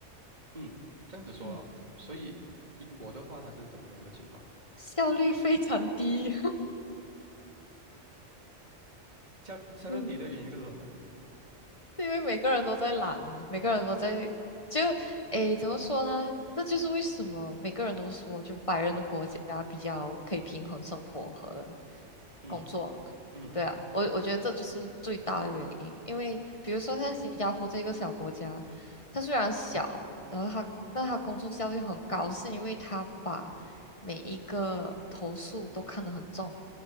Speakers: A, on the right; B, on the left.
A: 嗯，这样子说啊所以英国的话，
B: 嗯，
A: 它是怎么样的情况？
B: 效率非常低，
A: 夏夏到底的原因是什么？
B: <laughs> 因为每个人都在懒啊，每个人都在就诶，怎么说呢？这就是为什么每个人都说，就白人的国家比较可以平衡生活和
A: 嗯
B: 工作嘛。
A: 嗯
B: 对啊，我我觉得这就是最大的原因，因为比如说像新加坡这个小国家，它虽然小。然后他，但他工作效率很高，是因为他把每一个投诉都看得很重，